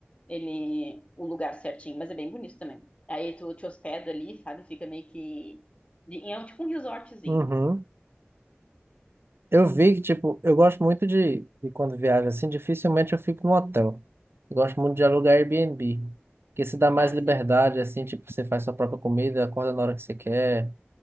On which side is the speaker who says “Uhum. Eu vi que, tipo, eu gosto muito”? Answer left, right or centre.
Right